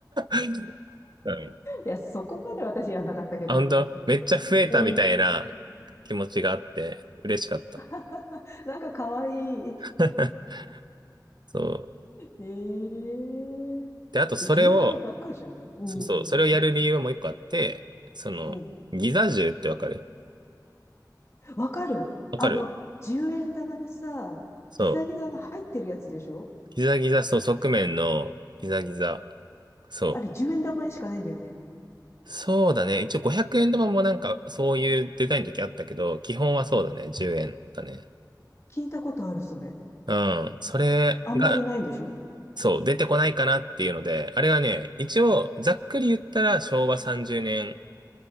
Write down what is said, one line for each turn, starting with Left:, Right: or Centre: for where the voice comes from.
Right: <laughs> うん。
Left: いや、そこまで私やんなかったけど。
Right: あ、本当めっちゃ増えたみたいな気持ちがあって、
Left: うん。
Right: 嬉しかった。
Left: <laughs> なんかかわいい。
Right: <laughs> そう。
Left: ええ
Right: で、あとそれを、
Left: じゃ、10円玉ばっかじゃん。うん。
Right: そうそう、それをやる理由はもう一個あって、その、
Left: うん。
Right: ギザ銃ってわかる
Left: わかる。
Right: わかる
Left: あの、10円玉のさ、
Right: そう
Left: ギザギザが入ってるやつでしょ
Right: ギザギザ、そう、側面のギザギザ。そ
Left: あれ、10円玉にしかないんだよね。
Right: う。そうだね。一応500円玉もなんかそういうデザインの時あったけど、基本はそうだね。10円だね。
Left: 聞いたことある、それ。
Right: うん。それが、
Left: あんまりないんでしょ
Right: そう、出てこないかなっていうので、あれはね、一応ざっくり言ったら昭和30年